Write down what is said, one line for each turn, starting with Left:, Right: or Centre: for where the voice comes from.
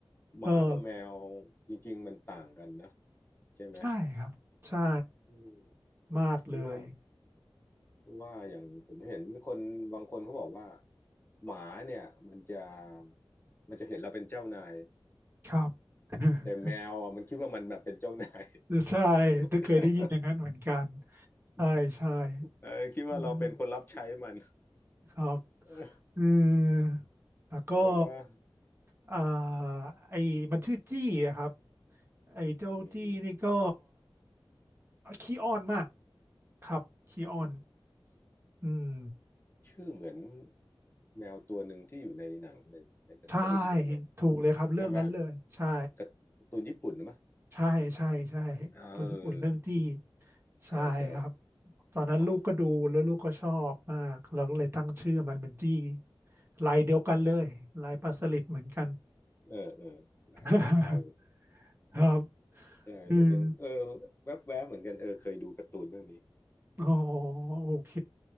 Left: หมากับแมว
Right: ก็
Left: จริงๆมันต่างกันนะใช่ไหม
Right: ใช่ครับใช่
Left: อืม
Right: มากเลย
Left: เพราะว่าเพราะว่าอย่างผมเห็นคนบางคนเขาบอกว่าหมาเนี่ยมันจะมันจะเห็นเราเป็นเจ้านาย
Right: ครับ <laughs>
Left: แต่แมวอ่ะมันคิดว่ามันแบบเป็นเจ้านาย
Right: ใช่ได้เคยได้ยินอย่างนั้นเหมือนกัน
Left: <laughs>
Right: ใช่ใช่
Left: เออคิดว่าเราเป็นคนรับใช้มัน
Right: อืมครับ
Left: เออ
Right: เออแล้วก็
Left: แบบว่า
Right: อ่าไอ้มันชื่อจี้อะครับไอ้เจ้าจี้นี่ก็
Left: อืม
Right: ขี้อ้อนมากครับขี้อ้อนอืม
Left: ชื่อเหมือนแมวตัวหนึ่งที่อยู่ในหนังในในการ์ตูนหรืออะไร
Right: ใช่ถูกเลยครับเรื่องนั้นเลยใช่
Left: ใช่ไหมการ์ตูนญี่ปุ่นไหรือ
Right: ใช่ใช่ใช่
Left: เออ
Right: ตัวญี่ปุ่นเรื่องจี้ ใช่ครับ
Left: ใช่ใช่
Right: ตอนนั้นลูกก็ดูแล้วลูกก็ชอบมากเราก็เลยตั้งชื่อมันเป็นจี้
Left: อ๋อ
Right: ลายเดียวกันเลยลายปลาสลิดเหมือนกัน
Left: โอ้เออเออหลายเทา
Right: <laughs> ครับ
Left: ๆใช่ผมยังเออแวบๆเหมือนกันเออเคยดูการ์ตูนเรื่องนี้
Right: อืมอ๋อโอเค